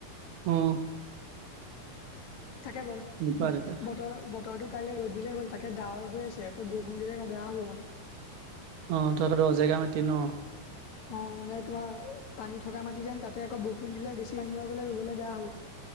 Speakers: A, on the right; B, on the left.
A: উম
B: তাকে বাৰু
A: বোকাদিতা
B: বতৰ বতৰটোো কাইলৈ ৰ'দ দিলেই হ'ল তাকে ডাৱৰ হৈ আছে আকৌ বৰষুণ দিলেৌ বেয়া হ'ব মানে
A: অ তই পৰাত দহ জেগা মাতি ন
B: অ মানে তোমাৰ পানী থকা মাটি যেন তাতে আকৌ বৰষুণ দিলে বেছি পানী হৈ গলে ৰুবলে বেয়া হ'ব